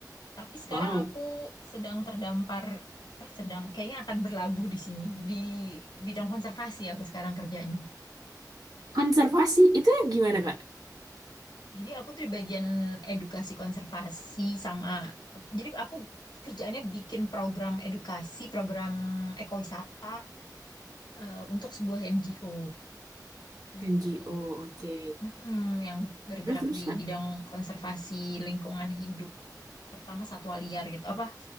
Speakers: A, on the left; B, on the right.
A: Tapi sekarang
B: Wow.
A: aku sedang terdampar, eh sedang kayaknya akan berlabuh di sini deh, di bidang konservasi aku sekarang kerjanya.
B: Konservasi itu ya gimana Kak?
A: Jadi aku tuh di bagian edukasi konservasi sama, jadi aku kerjaannya bikin program edukasi, program ekowisata eh, untuk sebuah NGO gitu.
B: NGO, oke.
A: Mm-mm, yang bergerak
B: Terus terus
A: di
B: Kak.
A: bidang konservasi lingkungan hidup, terutama satwa liar gitu. Apa,